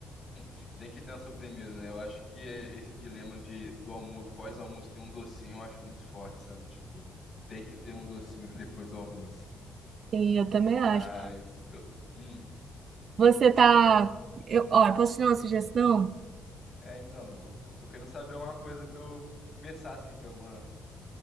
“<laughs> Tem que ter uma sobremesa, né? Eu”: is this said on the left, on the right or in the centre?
Left